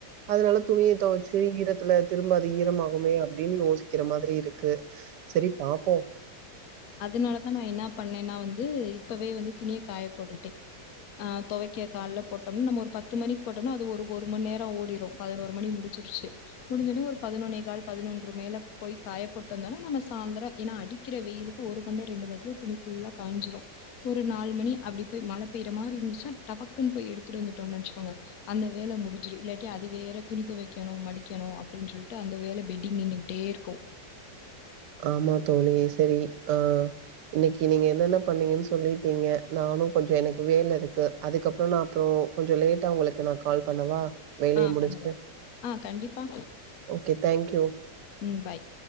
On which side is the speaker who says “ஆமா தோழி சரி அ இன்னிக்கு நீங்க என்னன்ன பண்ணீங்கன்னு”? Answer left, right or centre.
Right